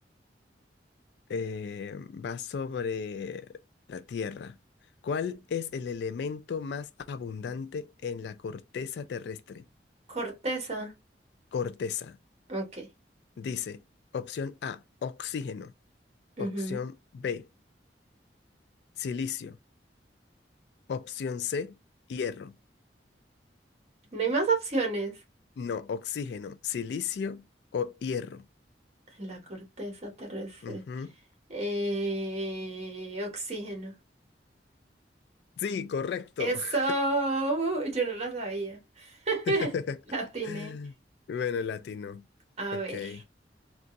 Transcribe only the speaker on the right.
Corteza.
Ok.
Ujú.
No hay más opciones.
La corteza terrestre.
Eh, oxígeno.
Eso.
uh, yo no la sabía. <laughs>
La tiene.
A
ver.